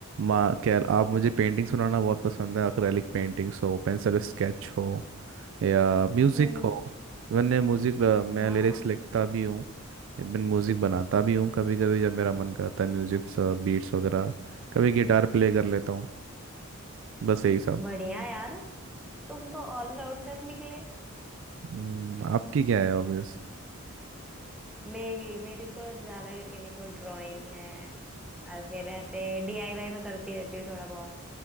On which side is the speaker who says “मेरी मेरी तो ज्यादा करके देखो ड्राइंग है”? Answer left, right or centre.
Centre